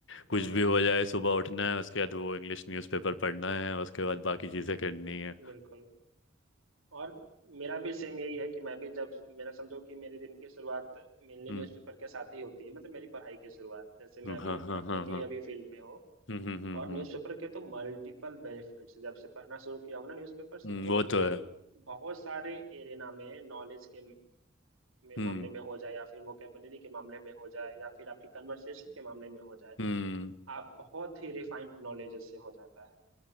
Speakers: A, on the left; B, on the right.
A: कुछ
B: हाँ
A: भी हो जाए सुबह उठना है उसके बाद वो इंग्लिश न्यूज़पेपर पढ़ना है उसके बाद बाकी चीज़ें करनी है
B: बिल्कुल और मेरा भी सेम यही है कि मैं भी जब मेरा समझो कि मेरे दिन की शुरुआत मेनली
A: हम्म
B: न्यूज़पेपर के साथ ही होती है मतलब मेरी पढ़ाई की शुरुआत जैसे मैं
A: हाँ
B: भी
A: हाँ
B: पढ़ने
A: हाँ
B: के
A: हाँ
B: ही अभी फील्ड में हूँ
A: हम्म हम्म हम्म
B: और
A: हम्म।
B: न्यूज़पेपर के तो मल्टीपल बेनिफिट्स जब से पढ़ना शुरू किया हूँ ना न्यूज़पेपर समझो
A: हम्म वो
B: कि
A: तो है
B: बहुत सारे एरेना में नॉलेज के में
A: हम्म
B: मामले में हो जाए या फिर वोकेबलरी के मामले में हो जाए या फिर आपकी कन्वर्सेशन के मामले में हो जाए
A: हम्म
B: आप बहुत ही रिफाइंड नॉलेज इससे हो जाता है